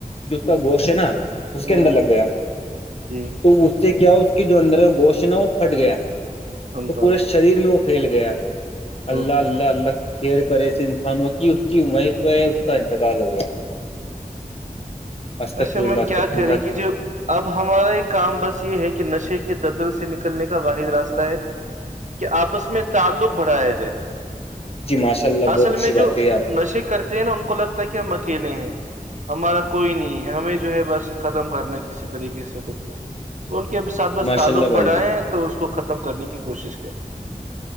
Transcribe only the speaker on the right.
ہوں
جی
اللہ
اوہو۔
اصے
میں کیا
کریں
کہ جو اب ہمارا ایک کام بس یہ ہے کہ نشے کے دردل سے نکلنے کا واحد راستہ ہے کہ آپس میں تعلق بڑھایا جائے
اصل
میں
جو
نشے کرتے نا ان کو لگتا ہے کہ ہم اکیلے ہیں ہمارا کوئی نہیں ہے ہمیں جو ہے بس ختم کرنا کسی طریقے سے خود کو ان کے ساتھ بس
تعلق
بڑھائیں
تو اس کو ختم کرنے کی کوشش کریں